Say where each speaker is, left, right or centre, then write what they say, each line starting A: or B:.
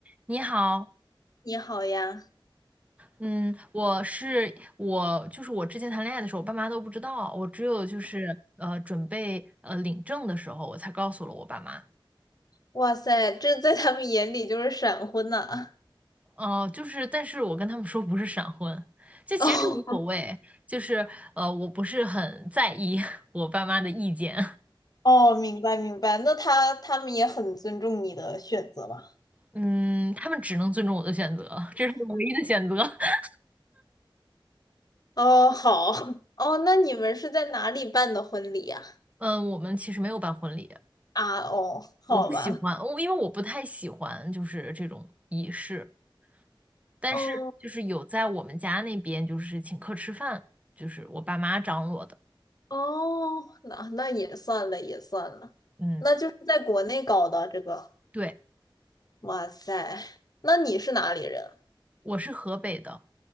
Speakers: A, on the right (about 15°); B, on the left (about 45°).
A: 你好，
B: 你好呀，
A: 嗯，我是我，就是我之前谈恋爱的时候，我爸妈都不知道，我只有就是呃准备呃领证的时候，我才告诉了我爸妈。
B: 哇塞，这在他们眼里就是闪婚呐、
A: 哦，就是，但是我跟他们说不是闪婚，这其实这无所谓，
B: <laughs> 哦
A: 就是呃我不是很在意 <laughs> 我爸妈的意见，
B: 哦，明白明白，那他他们也很尊重你的选择吧？
A: 嗯，他们只能尊重我的选择，这是我唯一的选择。<laughs>
B: 哦，好，哦，那你们是在哪里办的婚礼呀、
A: 嗯，我们其实没有办婚礼，
B: 啊？哦，好吧，
A: 我不喜欢，我因为我不太喜欢就是这种仪式。但是就是有在我们家那边就是请客吃饭，
B: 哦
A: 就是我爸妈张罗的。
B: 哦，那那也算了也算了，
A: 嗯，
B: 那就是在国内搞的这个，
A: 对，
B: 哇塞，那你是哪里人？
A: 我是河北的。